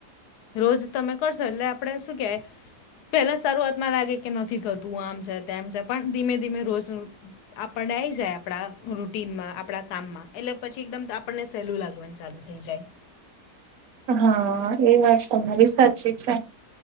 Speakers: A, on the left; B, on the right.
A: રોજ તમે કરશો એટલે આપણેે શું કહેવાય પેલા શરૂઆતમાં લાગે કે નથી થતું. તું આમ છે તેમ છે પણ ધીમે ધીમે રોજ આપણને આઈ જાય આપણા રૂટીનમાં આપણા કામમાં એટલે પછી એકદમ આપણને સહેલું લાગવાનું ચાલુ થઈ જાય.
B: હા એ વાત તમારી બી સાચી છે.